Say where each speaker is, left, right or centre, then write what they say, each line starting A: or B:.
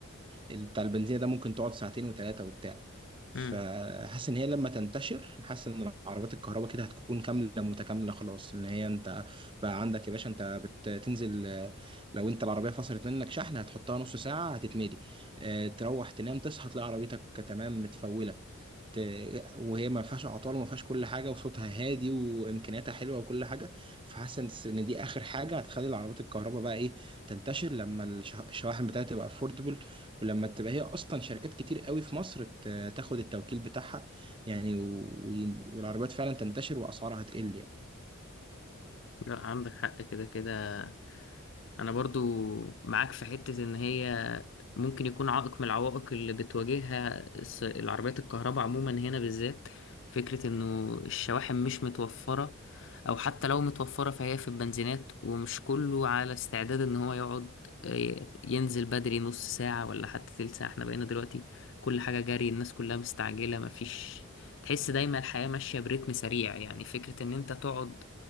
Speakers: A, on the right (about 25°); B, on the left (about 60°).
A: بتاع البنزينة ده ممكن تقعد ساعتين وتلاتة وبتاع فحاسس
B: مم.
A: ان هي لما تنتشر حاسس ان عربيات الكهرباء كده هتكون كامله متكامله خلاص ان هي انت بقى عندك يا باشا انت بتنزل آه، لو انت العربيه فصلت منك شحن هتحطها نص ساعه هتتملي آه، تروح تنام تصحى تلاقي عربيتك تمام متفوله ت... وهي ما فيهاش اعطال وما فيهاش كل حاجه وصوتها هادي وامكانياتها حلوه وكل حاجه فحاسس ان إن دي اخر حاجه هتخلي العربيات الكهرباء بقى ايه تنتشر لما الش- الشواحن بتاعتها تبقى افوردبل ولما تبقى هي اصلا شركات كتير قوي في مصر ت- تاخد التوكيل بتاعها يعني و- و- والعربيات فعلا تنتشر واسعارها تقل يعني
B: لا عندك حق كده كده أنا برضو معاك في حتة إن هي ممكن يكون عائق من العوائق اللي بتواجهها الس- العربيات الكهرباء عموما هنا بالذات فكرة انه الشواحن مش متوفرة او حتى لو متوفرة فهي في البنزينات ومش كله على استعداد ان هو يقعد آه، ينزل بدري نص ساعة ولا حتى تلت ساعة احنا بقينا دلوقتي كل حاجة جري الناس كلها مستعجلة مفيش تحس دايما الحياة ماشية برتم سريع يعني فكرة ان انت تقعد